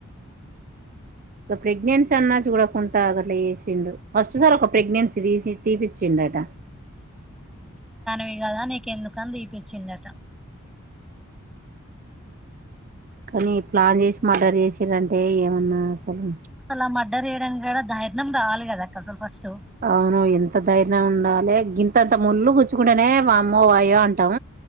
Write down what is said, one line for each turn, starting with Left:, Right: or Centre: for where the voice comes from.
Right: ఒక ప్రెగ్నెన్సీ అన్నా కూడా కొంటా అట్లా చేసిండు ఫస్ట్ సార్ ఒక ప్రెగ్నెన్సీ తీసి తీపిచ్చిండట
Centre: వి కదా నీక ఎందుకని తీపించిండట
Right: కానీ ప్లాన్ చేసి మడ్దర్ చేసారంటే ఏమన్నా అసలు
Centre: అసలు మడ్డర్ చేయడానికి దైర్యం కావాలి కాదక్కా అసలు ఫస్ట్
Right: అవును ఎంత ధైర్యం ఉండాలి గి ంత ముళ్ళ కూచ్చుకుంటేనే వామ్మో వాయో అంటాం.